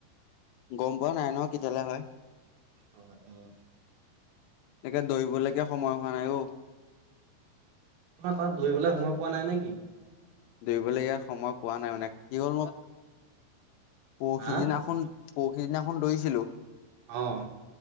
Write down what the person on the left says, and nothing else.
গম পোৱা নাই নহয় কেতিয়ালৈ হয়।
সেইকাৰণে দৌৰিবলৈকে সময় হোৱা নাই অহ।
দৌৰিবলৈকে সময় পোৱা নাই মানে, কি হ'ল মই পৰশিদিনাখন,
পৰশিদিনাখন দৈছিলোঁ।